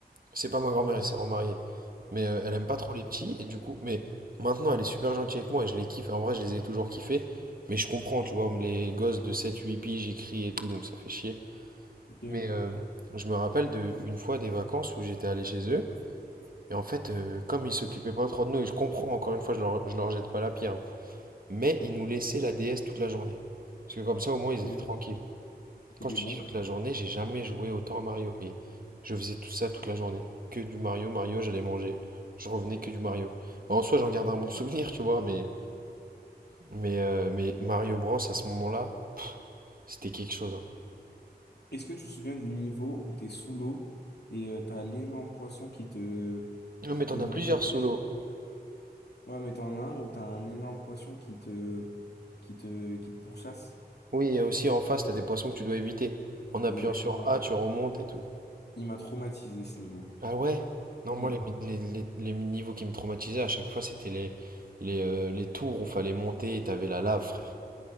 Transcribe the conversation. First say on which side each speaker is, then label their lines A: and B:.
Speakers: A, on the right (about 60°); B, on the left (about 80°).
A: C'est pas ma grand-mère, elle s'est remariée, mais euh, elle aime pas trop les petits et du coup, mais maintenant elle est super gentille avec moi et je les kiffe. En vrai, je les ai toujours kiffés, mais je comprends, tu vois, les gosses de sept, huit piges j'écris et tout, donc ça fait chier.
B: Ok,
A: Mais euh, je me rappelle de une fois des vacances où j'étais allé chez eux. Et en fait, euh, comme ils s'occupaient pas trop de nous, et je comprends, encore une fois, je leur, je leur jette pas la pierre, mais ils nous laissaient la DS toute la journée. Parce que comme ça, au moins, ils étaient
B: ok.
A: tranquilles.
B: C'est
A: Quand
B: des
A: je te
B: bons.
A: dis toute la journée, j'ai jamais joué autant à Mario. Et je faisais tout ça toute la journée. Que du Mario, Mario, j'allais manger. Je revenais que du Mario. En soi, j'en garde un bon <laughs> souvenir, tu vois, mais, mais, euh, mais Mario Bros, à ce moment-là, pff, c'était quelque chose. hein.
B: Est-ce que tu te souviens du niveau où t'es sous l'eau et euh, t'as l'énorme poisson qui te,
A: Non,
B: qui
A: mais t'en
B: te nage
A: as plusieurs
B: après?
A: solos.
B: Ouais, mais t'en as un où t'as un énorme poisson qui te, qui te, qui te pourchasse.
A: Oui, et aussi en face, t'as des poissons que tu dois éviter. En appuyant
B: Exactement.
A: sur A, tu remontes et tout.
B: Il m'a traumatisé ce niveau.
A: Ah ouais? Non,
B: Hmm.
A: moi, les, les, les- les niveaux qui me traumatisaient à chaque fois, c'était les, les, euh, les tours où fallait monter et t'avais la lave, frère.